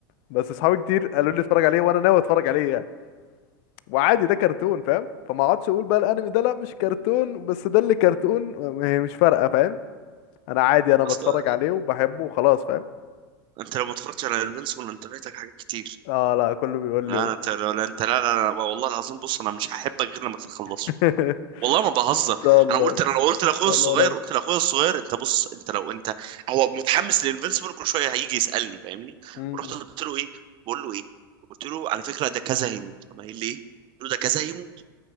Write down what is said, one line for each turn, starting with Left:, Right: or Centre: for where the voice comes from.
Left: بس اصحابي كتير قالوا لي اتفرج عليه وانا ناوي اتفرج عليه وعادي ده كرتون فاهم فما اقعدش اقول بقى الانمي ده لا مش كرتون بس ده اللي كرتون هي مش فارقه فاهم انا عادي انا
Right: أصل
Left: بتفرج عليه وبحبه وخلاص فاهم
Right: انت لو ما اتفرجتش على انفينسيبل انت فايتك حاجات كتير
Left: اه لا كله بيقول
Right: لا
Left: لي و...
Right: أنا- انت لا لا- انت لا لا, لا والله العظيم بص انا مش هحبك غير لما تخلصه
Left: <laughs>
Right: والله ما بهزر
Left: ان شاء الله
Right: انا قلت
Left: ان
Right: انا قلت لاخويا
Left: شاء
Right: الصغير
Left: الله قريب
Right: قلت لاخويا الصغير انت بص انت لو انت هو متحمس للانفينسيبل كل شويه هيجي يسالني فاهمني
Left: امم
Right: ورحت قلت له ايه بقول له ايه قلت له على فكره ده كذا هيموت اما قال لي ايه قلت له ده كذا هيموت